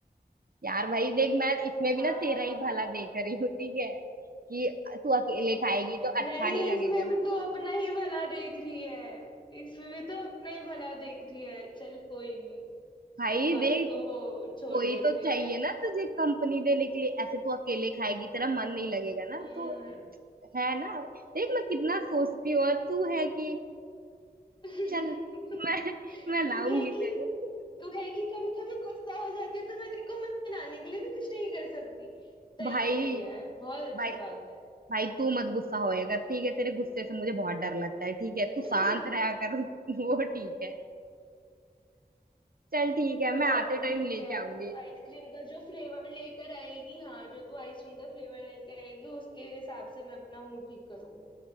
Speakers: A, on the right; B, on the left.
A: यार भाई देख मैं इसमें भी
B: हाँ
A: ना तेरा ही भला देख रही हूँ ठीक है कि तू अकेले खाएगी तो अच्छा
B: नहीं
A: नहीं लगेगा
B: इसमें
A: ना
B: भी तो अपना ही भला देख रही है इसमें भी तो अपना ही भला देख रही है चल कोई नहीं
A: भाई
B: इस बात
A: देख
B: को छोड़
A: कोई
B: देते
A: तो चाहिए
B: हैं
A: ना तुझे कंपनी देने के लिए ऐसे तू अकेले खाएगी तेरा मन नहीं लगेगा
B: हम्म।
A: ना तो है ना देख मैं कितना सोचती हूँ और तू है कि
B: <laughs>
A: चल मैं मैं लाऊंगी
B: तू है कि
A: तेरे
B: तू है कि कभी कभी गुस्सा हो जाती है तो मैं तेरे को मनाने के लिए भी कुछ नहीं कर सकती
A: भाई
B: सही है सही है बहुत अच्छी
A: भाई
B: बात है
A: भाई तू मत गुस्सा होया कर ठीक है तेरे गुस्से से मुझे बहुत डर लगता है ठीक है तू
B: <laughs>
A: शांत रहा कर <laughs> वो ठीक है चल ठीक
B: कोई
A: है मैं
B: बात
A: आते
B: नहीं
A: टाइम
B: देखते
A: लेके
B: हैं
A: आऊंगी
B: तू आइसक्रीम का जो फ्लेवर लेकर आएगी हाँ जो तू आइसक्रीम का फ्लेवर लेकर आएगी उसके हिसाब से मैं अपना मुंह ठीक करूंगी